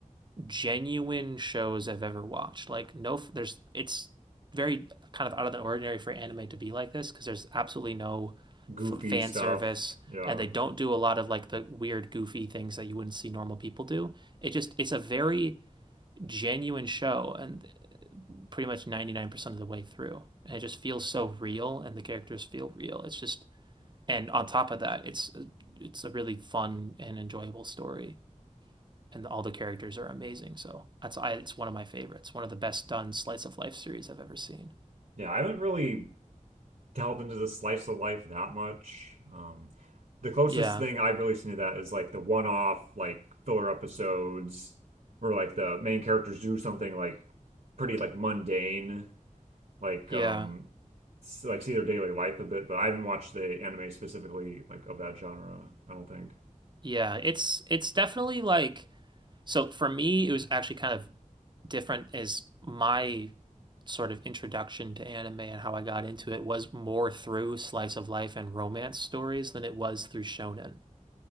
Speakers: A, on the right (about 35°); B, on the right (about 70°).
A: genuine shows I've ever watched. Like no, there's it's very kind of out of the ordinary for anime to be like this because there's absolutely no
B: Goofy
A: f fan
B: stuff.
A: service
B: Yeah.
A: and they don't do a lot of like the weird goofy things that you wouldn't see normal people do. It just it's a very genuine show and pretty much 99% of the way through. And it just feels so real and the characters feel real. It's just and on top of that, it's it's a really fun and enjoyable story and all the characters are amazing. So that's I it's one of my favorites, one of the best done slice of life series I've ever seen.
B: Yeah, I haven't really delve into the slice of life that much. Um, the closest
A: Yeah,
B: thing I've really seen to that is like the one-off like filler episodes where like the main characters do something like pretty like mundane, like
A: yeah,
B: um s- like see their daily life a bit, but I haven't watched the anime specifically like of that genre, I don't think.
A: yeah. It's it's definitely like so for me it was actually kind of different as my sort of introduction to anime and how I got into it was more through slice of life and romance stories than it was through shonen.